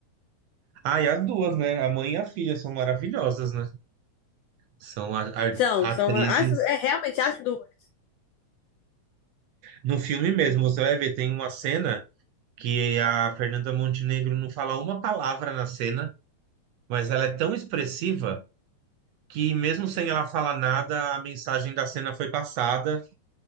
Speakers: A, on the right; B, on the left.
A: Ah, e as duas, né? A mãe e a filha são maravilhosas, né? São a- a-
B: são, são
A: atrizes.
B: as, é realmente as duas.
A: No filme mesmo, você vai ver, tem uma cena que a Fernanda Montenegro não fala uma palavra na cena. mas ela é tão expressiva que mesmo sem ela falar nada, a mensagem da cena foi passada